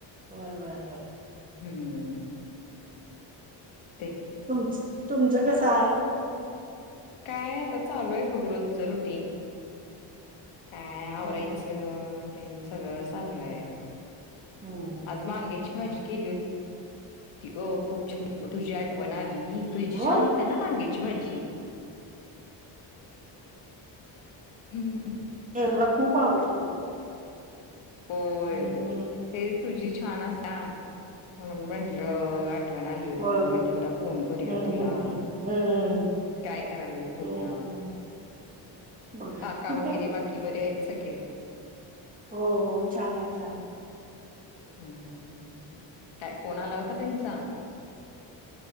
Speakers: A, on the right (about 15°); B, on the left (about 80°).
A: व्हयं बाय व्हयं.
B: हूम
A: तुमचं तुमचं कसं हाय?
B: काय आता चालू हाय बघ रोजच रुटीन. काय आवरायचं?
A: हम्म
B: तेनं सगळं चालू हाय.
A: हम्म हम्म
B: आज वांग्याची भाजी केली हो ती ग खुप <unintelligible> मग तुजी आठवण आली. ई तुईची
A: होय
B: छान होता ना भाडीत शिवाजी हम्म
A: हे मला खूप आवडती.
B: होय
A: हम्म
B: तेच तुझी छान असा म्हणून म्हंटलं, आत आठवण आली होती
A: होय
B: म्हंटल जरा फोन करूया
A: हम्म
B: तुला,
A: हम्म हम्म हम्म
B: काय कराली स बघू
A: हम्म
B: या,
A: हम्म बघा
B: काका वगैरे बाकी बरे आहेत सगळे
A: हो हो छान हाय, छान हाय.
B: हू हू हू हू काय फोन आला होता त्यांचा